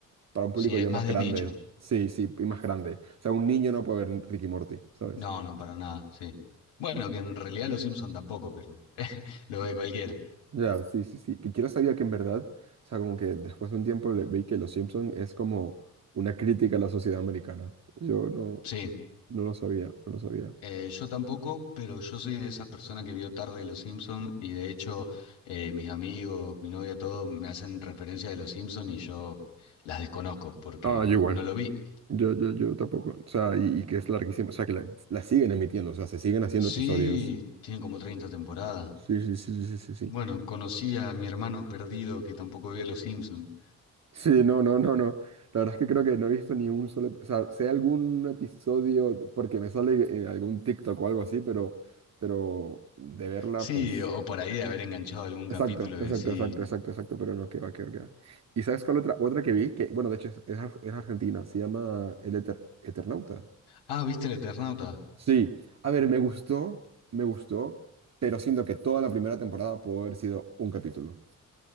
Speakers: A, on the right; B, on the left.
A: para un público
B: sí, es
A: ya
B: más
A: más
B: de
A: grande.
B: nicho.
A: Sí, sí, y más grande. O sea, un niño no puede ver Ricky y Morty, ¿sabes?
B: No, no, para nada, sí. Bueno, que en realidad los Simpsons tampoco, pero <laughs> lo ve cualquiera.
A: Ya, sí, sí, sí. Que quiero sabía que en verdad, o sea, como que después de un tiempo le vi que Los Simpson es como una crítica a la sociedad americana. Yo no,
B: Sí.
A: no lo sabía, no lo sabía.
B: Eh, yo tampoco, pero yo soy de esas personas que vio tarde Los Simpson y de hecho eh, mis amigos, mi novia, todo me hacen referencia de Los Simpson y yo las desconozco porque
A: Ah, yo igual.
B: no lo vi.
A: Yo, yo, yo tampoco. O sea, y, y que es larguísimo. O sea, que la, la siguen emitiendo. O sea, se siguen haciendo
B: Sí,
A: episodios.
B: tiene como 30 temporadas.
A: Sí, sí, sí, sí, sí, sí. Sí,
B: Bueno, conocí a mi hermano perdido que tampoco vio Los Simpson
A: Sí, no, no, no, no. La verdad es que creo que no he visto ni un solo... ep- O sea, sé algún episodio porque me sale en algún TikTok o algo así, pero, pero de verla,
B: Sí,
A: pues...
B: o por ahí de haber enganchado algún
A: Exacto,
B: capítulo y
A: exacto,
B: decir,
A: exacto, exacto, exacto, pero no, que va, que va, que va. ¿Y sabes cuál otra, otra que vi? Que, bueno, de hecho es, es ar- es argentina, se llama El Eter- Eternauta.
B: ah, ¿viste el Eternauta?
A: Sí, a ver, me gustó, me gustó, pero siento que toda la primera temporada pudo haber sido un capítulo.